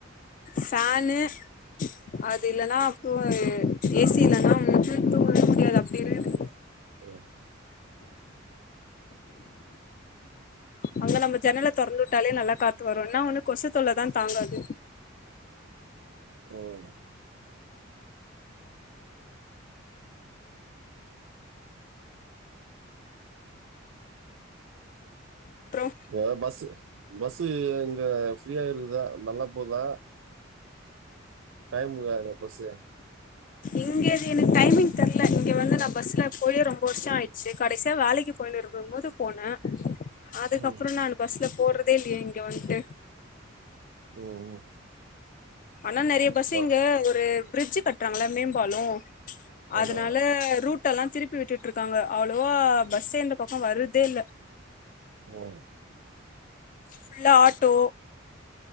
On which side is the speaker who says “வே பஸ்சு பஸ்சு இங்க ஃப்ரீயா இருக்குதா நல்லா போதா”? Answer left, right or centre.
Right